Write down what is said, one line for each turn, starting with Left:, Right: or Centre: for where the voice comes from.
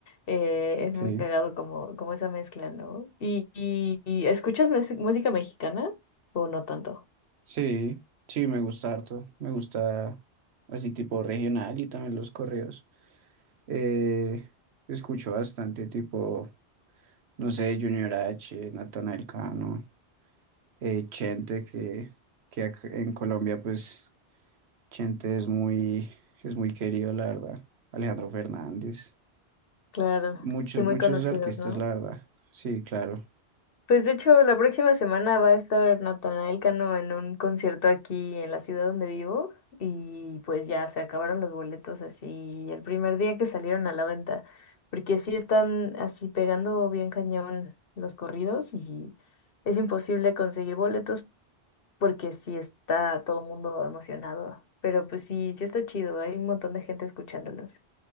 Left: eh,
Right: Ok,
Left: es muy cagado como, como esa mezcla, ¿no? ¿Y, y- y escuchas mes- música mexicana o no tanto?
Right: sí, sí, me gusta harto, me gusta así tipo regional y también los correos. Eh, escucho bastante tipo, no sé, Junior H, Natanael Cano, eh, Chente, que, que ac- en Colombia pues Chente es muy, es muy querido, la verdad. Alejandro Fernández.
Left: Claro,
Right: Muchos,
Left: sí, muy
Right: muchos
Left: conocidos,
Right: artistas,
Left: no
Right: la verdad. Sí, claro,
Left: Pues de hecho, la próxima semana va a estar Natanael Cano en un concierto aquí en la ciudad donde vivo y pues ya se acabaron los boletos así el primer día que salieron a la venta, porque sí están así pegando bien cañón los corridos y es imposible conseguir boletos porque sí está todo el mundo emocionado, pero pues sí, sí está chido, hay un montón de gente escuchándolos.